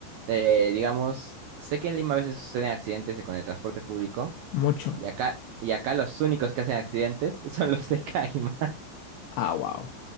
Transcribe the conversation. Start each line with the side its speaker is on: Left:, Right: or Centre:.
Right: Eh, digamos, sé que en Lima a veces suceden accidentes con el transporte público
Left: Mucho.
Right: y acá, y acá los únicos que hacen accidentes <laughs> son los de Caima.
Left: Ah, wow.